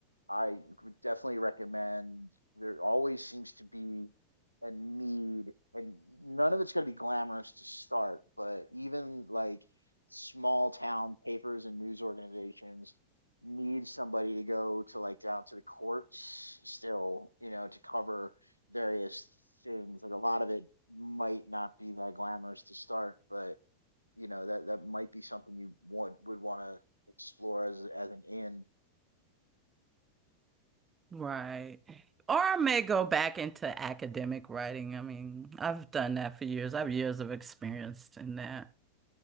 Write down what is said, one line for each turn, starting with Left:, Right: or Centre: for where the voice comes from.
Left: I would definitely recommend. There always seems to be a need, and none of it's going to be glamorous to start, but even like small town papers and news organizations need somebody to go to like down to the courts still, you know, to cover various things. Like a lot of it might not be that glamorous to start, but you know that that might be something you want would want to explore as as an in.
Right: Right. Or I may go back into academic writing. I mean, I've done that for years. I have years of experience in that.